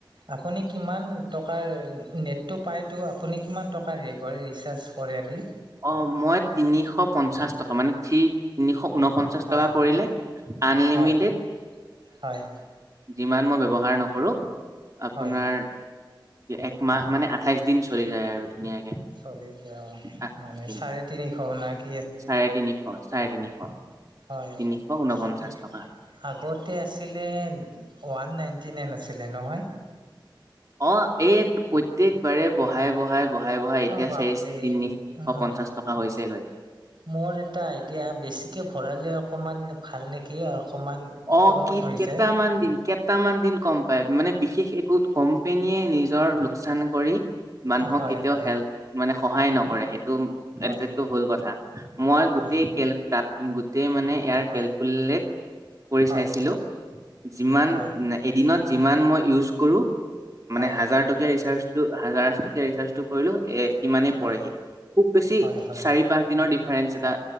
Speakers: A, on the right; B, on the right.
A: আপুনি কিমান টকাৰ নেটটো পায়তো আপুনি কিমান টকাৰ হেৰি কৰে ৰিচাৰ্জ কৰে আদি।
B: অ', মই তিনিশ পঞ্চাশ টকা মানে থ্ৰী-তিনিশ ঊন পঞ্চাছ
A: হয়
B: টকা কৰিলে আনলিমিটেড
A: হয় হয়
B: যিমান মই ব্যৱহাৰ নকৰো আপোনাৰ
A: হয়
B: এক মাহ মানে আঠাইছ দিন চলি যায় আৰু। ধুনীয়াকে
A: চল্লিছে অ',
B: আঠাইশ
A: মানে
B: দিন
A: চাৰে তিনিশ <unintelligible>
B: চাৰে তিনিশ চাৰে তিনিশ।
A: হয়
B: তিনিশ ঊনপঞ্চাশ
A: তাকেতো
B: টকা
A: আগতে আছিলে ওৱান নাইন দিনেই নাছিলে নহয়।
B: অ', এই প্ৰত্যেক বাৰে বহাই বহাই বঢ়াই বঢ়াই এতিয়া
A: অ বাপৰে
B: শেষ তিনিশ
A: উম
B: পঞ্চাশ টকা হৈছেগৈ।
A: মোৰ এটা আইডিয়া বেছিকে ভৰালে অকমান ভাল নেকি। অকমান
B: অ',
A: কমত
B: কি
A: হৈ
B: কটাামান
A: যায়
B: দিন কটামান দিন কম বা মানে বিশেষ একো কোম্পেনীয়ে নিজৰ লোকচান কৰি মানুহক
A: হয়
B: কেতিয়াও
A: হয়
B: হেল্প মানে সহায় নকৰে সেই টো <unintelligible>
A: হয়
B: মই গোটেই
A: হয়
B: খেল দাঁ তাই মানে ইয়াৰ
A: হয়
B: কেলকুলেটৰ কৰি
A: হয়
B: চাইছিলোঁ যিমান
A: হয়
B: এডি দিনত যিমান মই ইউজ কৰোঁ
A: হয়
B: মানে হাজাৰ টকীয়া ৰিচাৰ্জ হাজাৰ টকীয়া ৰিচাৰ্জটো কৰিলোঁ এ সিমানেই
A: হয়
B: পৰেহি খুব বেছি
A: হয় হয়
B: চাৰি-পাঁচ দিনৰ দি দিফাৰেঞ্চ এটা।